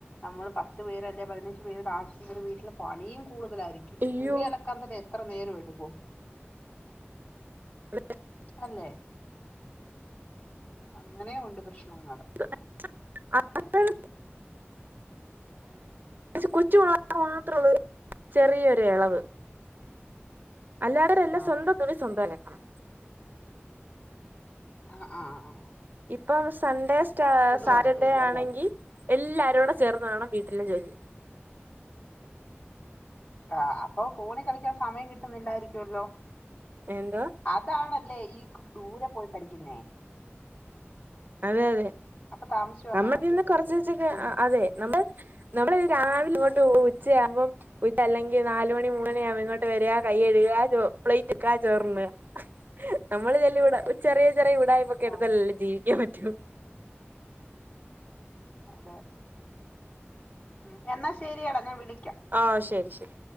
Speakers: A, on the left; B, on the right.
A: നമ്മൾ പ പത്ത് പേര് അല്ലെ പതിനഞ്ച് പേരു താമസിക്കുന്ന ഒരു വീട്ടില് പണിയും കൂടുതലായിരിക്കും
B: അയ്യോ
A: തുണി അലക്കാൻ തന്നെ എത്ര നേരം എടുക്കും
B: <unintelligible>
A: അല്ലെ അങ്ങനെ ഉണ്ട് പ്രശ്നങ്ങള്
B: <unintelligible> കൊച്ചു പിള്ളേർക്ക് മാത്രേ ഒള്ളൂ ഒരു ചെറിയൊരു എളവ് അല്ലാ <unintelligible>
A: ആ
B: സ്വന്തം
A: അതെ
B: തുണി സ്വന്തം അലക്കണം
A: ആഹ് ആഹ് ആഹ്
B: ഇപ്പം സൺഡേ സ്റ്റാ സാറ്റർഡേ
A: കുഴപ്പമില്ല
B: ആണെങ്കി
A: അല്ലേ
B: എല്ലാരൂടെ ചേർന്ന് വേണം വീട്ടിലെ ജോലി
A: ആ അപ്പ ഫോണി കളിക്ക്യാം സമയം കിട്ടുന്നില്ലായിരിക്കുവല്ലോ
B: എന്താ
A: അതാണല്ലേ ഈ ദൂരെ പോയി പഠിക്ക്ന്നേ
B: അതെ അതെ
A: അപ്പൊ താമസിച്ച് വന്നാ
B: നമ്മൾ
A: മതിയല്ലോ
B: നിന്ന് കൊറച്ചച്ചക്ക്
A: ഉം.
B: അതെ നമ്മള് നമ്മള് ഒര് രാവിലെ ഇങ്ങോട്ട് <unintelligible> ഉച്ചയാവുമ്പം ഉച്ചല്ലെങ്കി നാല് മണി മൂന്നണിയാവുമ്പ ഇങ്ങോട്ട് വര കയ്യ് കയ്‌ക ചോ പ്ലേറ്റ് ഇട്ക്ക ചേറ്ന്ന നമ്മള് <unintelligible> ചെറിയ ചെറിയ വീടാ ഓക്കെടുത്തൽ
A: ആ
B: ജീവിക്ക്യാം പറ്റു
A: അതെ ഉം എന്നാ ശരിയടാ ഞാൻ വിളിക്ക്യ
B: ആ ശരി ശരി